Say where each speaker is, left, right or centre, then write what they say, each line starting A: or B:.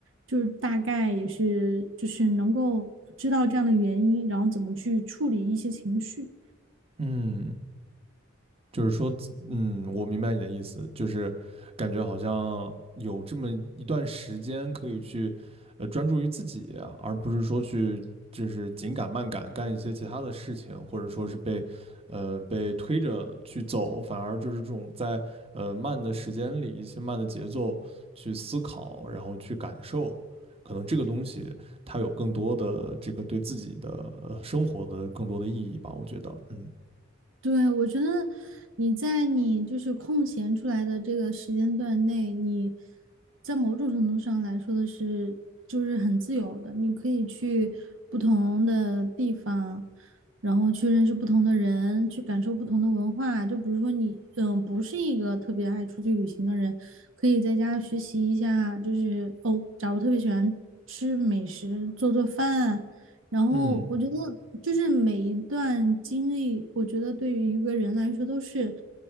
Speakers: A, on the right; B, on the right.
A: 就是大概也是就是能够知道这样的原因，然后怎么去处理一些情绪。
B: 嗯，就是说，嗯，我明白你的意思，就是感觉好像有这么一段时间可以去，呃，专注于自己啊，而不是说去就是紧赶慢赶干一些其他的事情，或者说是被，呃，被推着去走，反而就是这种在呃慢的时间里，一些慢的节奏去思考，然后去感受，可能这个东西它有更多的这个对自己的呃生活的更多的意义吧，我觉得，嗯
A: 对，我觉得你在你就是空闲出来的这个时间段内，你在某种程度上来说的是，就是很自由的，你可以去不同的地方，然后去认识不同的人，去感受不同的文化。就比如说你，嗯，不是一个特别爱出去旅行的人，可以在家学习一下，就是哦，假如特别喜欢吃美食，做做饭。然后我觉得，
B: 嗯。
A: 就是每一段经历，我觉得对于一个人来说都是